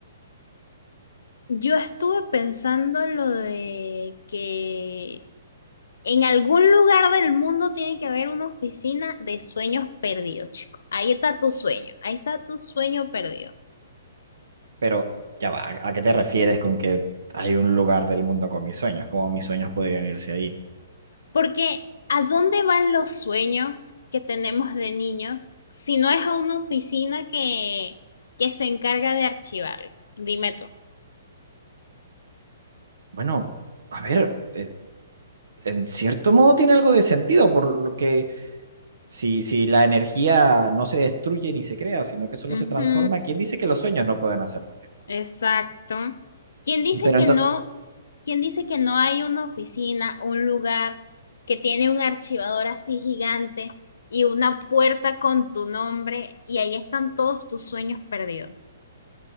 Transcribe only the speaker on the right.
Pero ya va, ¿a a qué te refieres con que hay un lugar del mundo con mis sueños? ¿Cómo mis sueños podrían irse ahí?
Bueno, a ver, eh, en cierto modo tiene algo de sentido, por lo que Si, si la energía no se destruye ni se crea, sino que solo
se transforma, ¿quién dice que los sueños no pueden hacer lo mismo?
Pero
entonces,